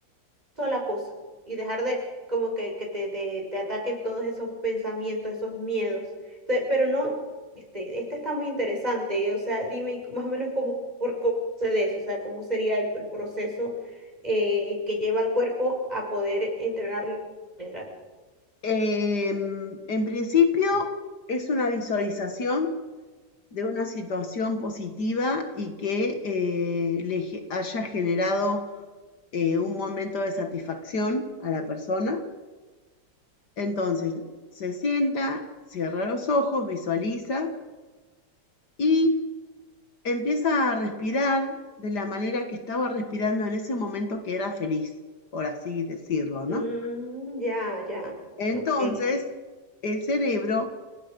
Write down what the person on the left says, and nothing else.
Eh, en principio es una visualización de una situación positiva y que eh, le haya generado eh, un momento de satisfacción a la persona. Entonces se sienta, cierra los ojos, visualiza y empieza a respirar de la manera que estaba respirando en ese momento que era feliz, por así decirlo,
¿no?
Entonces
el cerebro